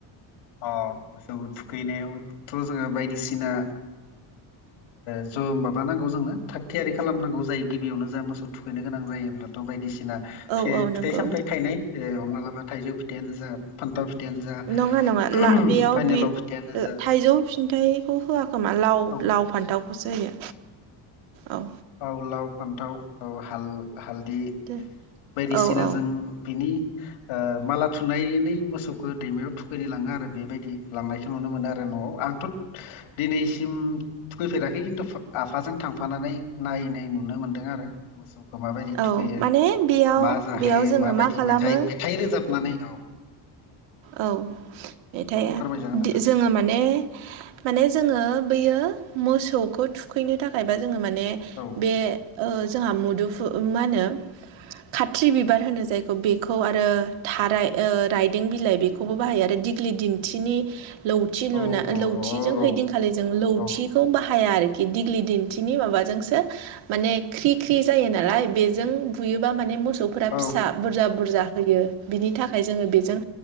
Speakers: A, on the left; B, on the right.
A: अ मोसौ थुखैनायावथ' जोङो बायदिसिना। ज' माबाानांगौ जोंनो थाग थियारि खालामनांगौ जायो गिबियावनो जा मोसौ थुखैनो गोनां जायोब्ला। बायदिसिना
B: औ
A: फिथाइ
B: औ नंगौ
A: सामथायाइ थाइनाय माब्लाबा थाइजौ फिथाइनो जा फान्थाव फिथायाइानो जा
B: नङा नङा ला बेयाव
A: फाइनेलाव
B: बे
A: फिथाइनो जा
B: थाइजौ फिन्थाइखौ होआखोमा लाव
A: औ
B: लाव फान्थावखौसो होयो औ।
A: बाव लाव फान्थाव हाल हालदै।
B: दे
A: बायदिसिना
B: औ औ
A: जों बिनि माला थुनायनि मोसौखौ दैमायाव थुखैनो लाङो आरो बेबायदि लांनायखौ नुनो मोनो आरो न'आव। आंथ' दिनैसिमु फैफेराखै खिन्थु आफाजों थांफानानै। मारिनाय नुनो मोन्दों आरो मोसौखौ माबायदि
B: औ
A: थुखैयो
B: माने बेयाव
A: मा जाहोयो
B: बेयाव जोङो
A: माबायदि
B: मा खालामो
A: मेथाइ मेथाइ रोजाबनानै औ
B: औ मेथाया
A: फोरमायजागोन नोंथां
B: जोङो माने माने जोङो बैयो मोसौखौ थुखैनो थाखायबा जोङो माने
A: औ
B: बे जोंहा मुदुफु मा होनो खाथ्रि बिबार होनो जायखौ बे खौ आरो
A: औ
B: थाराय ओ रायदों बिलाइ बेखौबो बाहायो आरो दिग्लि दिन्थिनि लौथि
A: औ
B: लुना
A: औ
B: लौथिजों
A: औ
B: हैैदिंखालि जों लौथिखौ
A: औ
B: बाहाया आरोखि दिग्लि दिन्थिनि माबाजोंसो माने ख्रि ख्रि जायो नालाय बेजों बुयोबा माने मोसौ फोरा फिसा
A: औ
B: बुरजा बुरजा होयो बिनि थाखाय जोङो बेजों